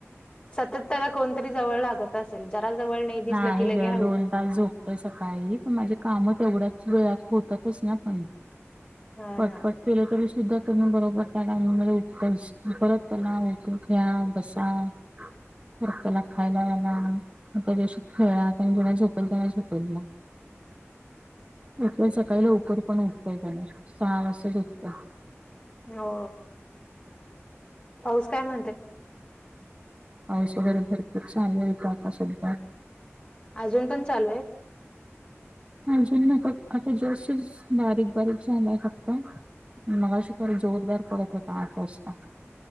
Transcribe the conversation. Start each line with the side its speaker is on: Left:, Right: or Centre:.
Left: सतत त्याला कोणतरी जवळ लागत असेल जरा जवळ नाही दिसलं
Right: नाही
Left: की
Right: आहे
Left: लगे
Right: ग
Left: हा
Right: दोन
Left: उठून
Right: तास झोप सकाळी पण माझे काम तेवढ्याच वेळात होतातच ना पण
Left: हा
Right: पटपट
Left: ना
Right: केलं तरी सुद्धा त्यां बरोबर का उठतच परत त्याला घ्या बसा उग बसा परत त्याला खायला घाला मला मग त्याच्याशी खेळा जेव झोपेल तेव्हा झोपेल मग
Left: <inaudible>
Right: एक सकाळीला लवकर पण उठतय त्याने सहा वाजच उठतं
Left: हो पाऊस काय म्हणतो
Right: पाऊस वगैरे भरपूर चालू आहे काआता सध्या
Left: अजून पण चालू आहे
Right: अजून ना आता आता जास् बारीक बारीक झालाय फक्त मघाशी पण जोरदार पडत होता आठ वाजता